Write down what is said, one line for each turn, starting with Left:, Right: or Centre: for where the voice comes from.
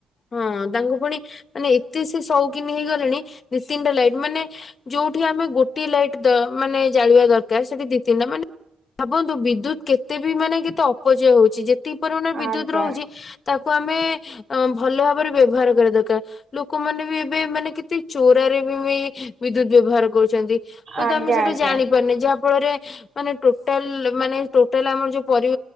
Left: ହଁ ତାଙ୍କ ପୁଣି ମାନେ ଏତେ ସେ ସଉକିନ ହେଇଗଲେଣି ନୀତିନଟା ଲାଇଟ ମାନେ ଯୋଉଠି ଆମେ ଗୋଟିଏ ଲାଇଟ୍ ଦ ମାନେ ଜାଳିବା ଦରକାର ସେଠି ଦି ତିନଟା ମାନେ ଭାବନ୍ତୁ ବିଦ୍ୟୁତ କେତେ ବିମାନେ କେତେ ଅପଚୟ ହଉଛି ଯେ ତି ପରିମାଣ ବିଦ୍ୟୁତ
Right: ଆଜ୍ଞା
Left: ରହୁଛି ତାକୁ ଆମେ ଭଲ ଭାବରେ ବ୍ୟବହାର କରିବା ଦରକାର। ଲୋକମାନେ ବି ଏବେ ମାନେ କେତେ ଚୋରାରେ ବି ବିଦ୍ୟୁତ ବ୍ୟବହାର କରୁଛନ୍ତି। ହୁଏତ
Right: ଆଜ୍ଞା
Left: ଆମେ ସେଟା
Right: ଆଜ୍ଞା
Left: ଜାଣିପାରୁନି ଯାହା ଫଳରେ ମାନେ ଟୋଟାଲ ମାନେ ଟୋଟାଲ ଆମର ଯୋଉ ପରି